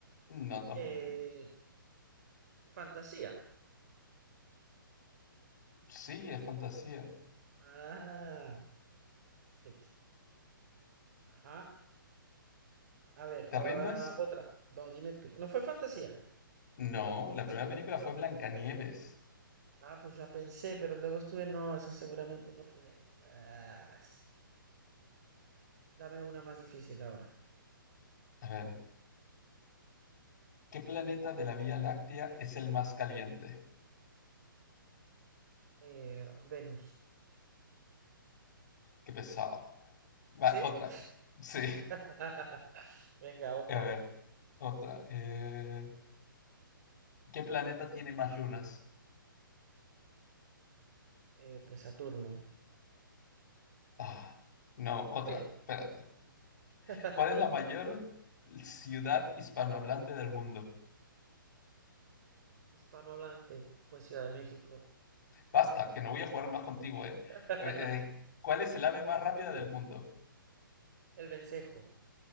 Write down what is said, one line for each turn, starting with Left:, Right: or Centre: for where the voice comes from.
Left: No, tampoco.
Right: Eh, fantasía.
Left: Sí, es fantasía.
Right: Ah, este. Ajá. A ver,
Left: ¿Te
Right: ahora
Left: rindes?
Right: otra. No, dime tú. ¿No fue fantasía?
Left: No, la primera película fue Blancanieves.
Right: Ah, pues la pensé, pero luego estuve. No, esa seguramente no fue. Ah, s- dame una más difícil ahora.
Left: A ver, ¿qué planeta de la Vía Láctea es el más caliente?
Right: Eh, Venus.
Left: Qué pesado.
Right: ¿Sí?
Left: Va, otra. Sí,
Right: <laughs> Venga,
Left: <laughs>
Right: otra.
Left: a ver, otra. Eh, ¿qué planeta tiene más lunas?
Right: Eh, pues Saturno.
Left: Ah, no, otra.
Right: También.
Left: Espérate.
Right: <laughs>
Left: ¿Cuál es la mayor ciudad hispanohablante del mundo?
Right: Hispanohablante, pues Ciudad de México.
Left: Basta, que no voy a jugar más contigo, ¿eh?
Right: <laughs>
Left: Eh, eh, ¿Cuál es el ave más rápida del mundo?
Right: El vencejo.